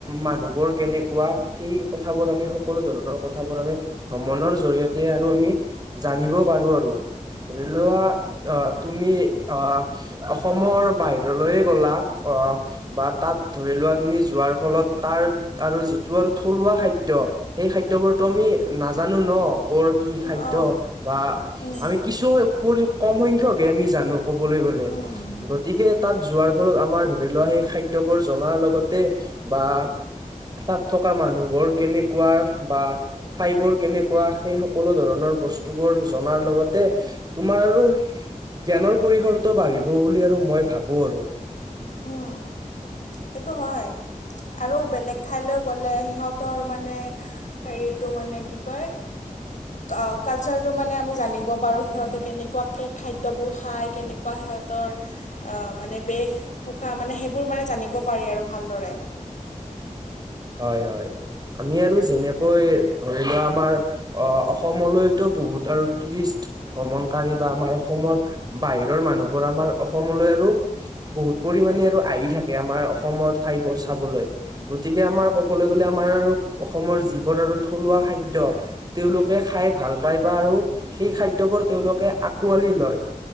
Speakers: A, on the right; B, on the left.
A: মানুহবোৰ কেনেকুৱা সেই কথাবোৰ আমি সকলো ধৰণৰ কথাবোৰ আমি ভ্ৰমণৰ জৰিয়তে আৰু আমি জানিব পাৰো আৰু ধৰিলোৱা আহ তুমি অ অসমৰ বাহিৰলৈয়ে গ'লা অ বা তাত ধৰি লোৱা তুমি যোৱাৰ ফলত তাৰ আৰু যিটো আৰু থলুৱা খাদ্য সেই খাদ্যবোৰতো আমি নাজানো ন কৰ কি
B: অ',
A: খাদ্য বা
B: উম,
A: আমি কিছু পৰি কম সংখ্যয়ক হে আমি জানো ক'বলৈ গ'লে
B: উম,
A: গতিকে তাত যোৱাৰ ফলত আমাৰ ধৰি লোৱা সেই খাদ্যবোৰ জনাৰ লগতে বা তাত থকা মানুহবোৰ কেনেকুৱা বা ঠাইবোৰ কেনেকুৱা সেই সকলো ধৰণৰ বস্তুবোৰ জনাৰ লগতে তোমাৰ আৰু জ্ঞানৰ পৰিসৰটো বাঢ়িব বুলি আৰু মই ভাবো আৰু
B: উম। সেইটো হয় আৰু বেলেগ ঠাইলৈ গ'লে সিহঁতৰ মানে হেৰি টো মানে কি কয় আ কালচাৰটো মানে আমি জানিব পাৰোঁ সিহঁতে কেনেকুৱাকে খাদ্যবোৰ খায় কেনেকুৱা সিহঁত তৰ মানে বেশ পোখা মানে সেইবোৰ মানে জানিব পাৰি আৰু ভালদৰে
A: হয় হয় আমি আৰু যেনেকৈ ধৰি লোৱা আমাৰ অ অসমলৈতো বহুত আৰু টুৰিষ্ট ভ্ৰমণকাৰী বা আমাৰ অসমৰ বাহিৰৰ মানুহবোৰ আমাৰ অসমলৈ আৰু বহুত পৰিমণে আৰু আহি থাকে আমাৰ অসমৰ ঠাইবোৰ চাবলৈ গতি কে আমাৰ ক'বলৈ গ'লে আমাৰ আৰু অসমৰ যিবোৰ আৰু থলুৱা খাদ্য তেওঁলোকে খাই ভাল পায় বা আৰু সেই খাদ্যবোৰ তেওঁলোকে আকোৱালি লয়